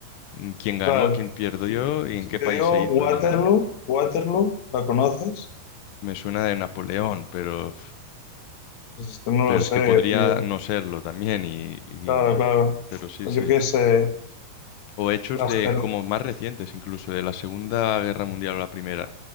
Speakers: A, on the left; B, on the left.
A: mm, quién ganó,
B: claro,
A: quién perdió
B: si
A: y
B: si
A: en qué
B: te
A: país
B: digo
A: se hizo
B: Waterloo,
A: ni nada.
B: Waterloo, ¿la conoces?
A: Me suena de Napoleón, pero,
B: Pues es que no
A: pero
B: lo sé,
A: es que podría
B: tío.
A: no serlo también, y, y-
B: Claro, claro.
A: pero sí,
B: O
A: sí.
B: yo qué sé,
A: O hechos
B: las
A: de
B: cervezas.
A: como más recientes, incluso de la Segunda Guerra Mundial o la Primera.